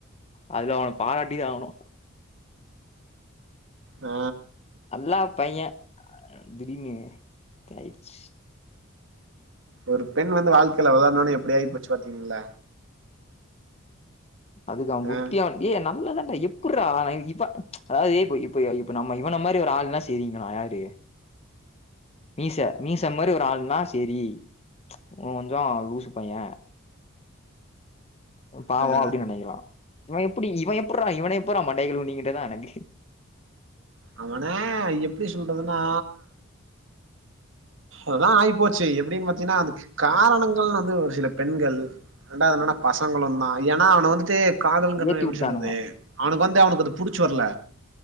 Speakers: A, on the left (about 30°); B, on the right (about 65°).
A: அதுல அவன பாராட்டிதா ஆகணு
B: ஆ
A: அல்லா பைய திடிர்னு இப்டி ஆயிடுச்சு
B: ஒரு பெண் வந்து வாழ்க்கையில வெளையான்நொன்னே எப்டி ஆயி போச்சு பாத்தீங்கள
A: அதுக்கு அவ புத்தியான்
B: ஆ
A: ஏய் நம்மல்லண்டா எப்பிர்றா இவ அதாவது இப்ப இப்ப இப்ப நமம இவன மாரி ஒரு ஆள்னா செரியீங்களா யாரு மீச மீச மாரி ஒரு ஆள்னா சேரி அவ கொஞ்ஜோ லுசு பைய பாவோ
B: ஆ
A: அப்டின் நெனைக்கலா இவ எப்டி இவ எப்படுறா இவன எப்பிர்றா மண்டைய கழுவுனிங்கன்றதுதா எனக்கு
B: அவன எப்டி சொல்றதுன்னா அதுதா ஆயிப்போச்சு எப்டின்னு பாத்தீங்கன்னா அதுக்கு காரணங்கள்னு வந்து ஒரு சில பெண்கள் ரண்டாது என்னனா பசங்களுந்தா ஏன்னா அவன வந்துட்டு காதலங்க
A: ஏத்தி
B: எப்படி
A: விட்டானுங்க
B: சொல்றது அவனுக்கு வந்து அவனுக்கு அது புடிச்சு வரல